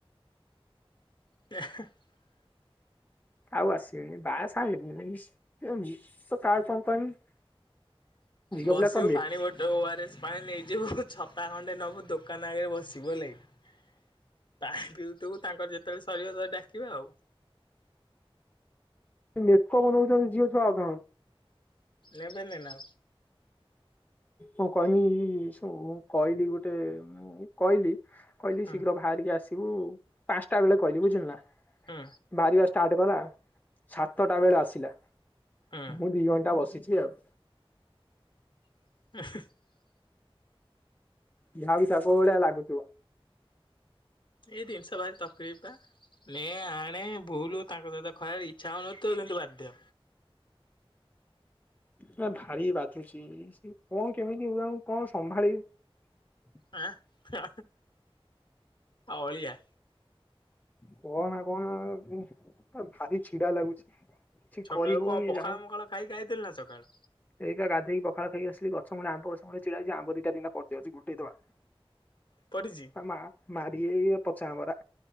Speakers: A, on the left; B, on the left.
A: <unintelligible>
B: ଆଉ ଆସିବିନି ବା ସା ହେବିନି। <unintelligible> <unintelligible> ଝିଅ
A: ବସିବୁ
B: ପିଲା କଣ ମେ
A: ପାଣି ବଟ ଓଆର ପାଣି ନେଇଯିବୁ, ଛତା ଖଣ୍ଡେ ନବୁ, ଦୋକାନ ଆଗରେ ବସିବୁ, ହେଲାକି, ପାଣି ପିଉଥିବୁ ତାଙ୍କର ଯେତେବେଳେ ସରିବ ତତେ ଡାକିବେ। ଆ
B: ମେକପ ନଉଛନ୍ତି ଝିଅଛୁଆ
A: ନେବେନି ନା-
B: ହଁ କହନି ମୁଁ କହିଲି ଗୋଟେ କହିଲି କହିଲି
A: ଆଉ।
B: ଶୀଘ୍ର ବାହାରିକି ଆସି- ତୁ ପାଞ୍ଚଟା ବେଳେ କହିଲି ବୁଝିଲୁ ନା
A: ହୁଁ ହୁଁ
B: ଭାରି ବାସ ଷ୍ଟାର୍ଟ କଲା, ସାତଟା ବେଳେ ଆସିଲା
A: ହୁଁ
B: ମୁଁ ଦି ଘଣ୍ଟା ବସିି ବଝି ଆଉ।
A: <inaudible>
B: ଯାହାବି ତା କ ଓଡଆ ଲାଗୁଥିବ।
A: ଏଇ ଦିନିଷବାରି ତପ କିଣିବୁ ପା ନ ଆଣେ ବୁଲୁ ତାଙ୍କ ସହିତ ଖରାରେ ଇଚ୍ଛା ହଉନଥିବା କିନ୍ତୁ ବାଧ୍ୟ
B: ନା ଭାରି ବାଧୁଛି କଣ କେମିତି ହଉ କଣ ସମ୍ଭାଳିିବି।
A: ଆଁ ଆ ଅଳିଆ
B: କହନା କହନା ଭାରି ଛିଡା ଲାଗୁଛି। କିଛି
A: ସକାଳୁ
B: କରି ହଉନି
A: କଣ ପଖାଳ
B: ଯାହା ହଉ
A: ମଖାଳ ଖାଇକି ଆଇଥିଲି ନା ସକାଳୁ।
B: ସୋ ଗାଧୋଇକି ପଖାଳ ଖାଇକି ଆସିଲି ଗଛ ମୂଳେ ଆମ୍ବ ଛିଡା ହେଇଛି ଆମ୍ବ ଦିଟା ଦ ପଡି ଯାଉଛି ଗୋଟେଇ ଦବା।
A: ପଡିଛି
B: ମା ମାର ଏଇ ପଚା ଆମ୍ବରା